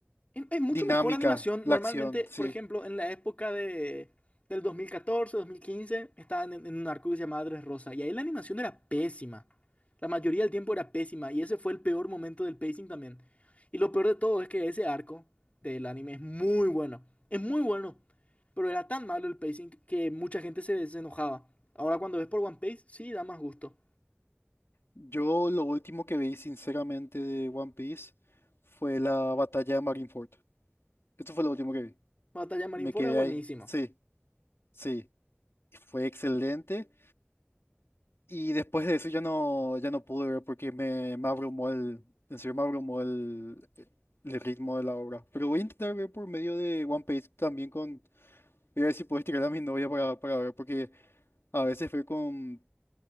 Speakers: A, on the left (about 35°); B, on the left (about 80°).
A: Es, es mucho
B: Dinámica,
A: mejor animación.
B: la
A: Normalmente,
B: acción, sí.
A: por ejemplo, en la época de, del dos dos mil catorce dos mil quince estaban en, en un arco que se llamaba Rosa Y ahí la animación era pésima. La mayoría del tiempo era pésima. Y ese fue el peor momento del pacing también. Y lo peor de todo es que ese arco del anime es muy bueno. Es muy bueno. Pero era tan malo el pacing que mucha gente se, se enojaba. Ahora cuando ves por One Piece, sí, da más gusto.
B: Yo lo último que vi, sinceramente, de One Piece fue la batalla de Marineford. Eso fue lo último que vi.
A: Batalla de Marineford
B: Me quedé
A: es buenísimo.
B: ahí. Sí, sí. Fue excelente. Y después de eso ya no, ya no pude ver porque me, me abrumó el, en serio me abrumó el, el ritmo de la obra. Pero voy a intentar ver por medio de One Piece también con... Voy a ver si puedo estirar a mi novia para, para ver porque a veces ver con